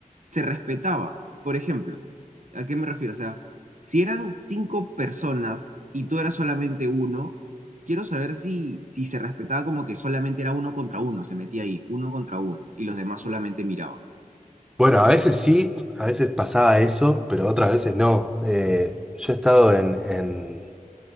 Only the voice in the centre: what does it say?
Bueno, a veces sí, a veces pasaba eso, pero otras veces no. Eh, yo he estado en, en-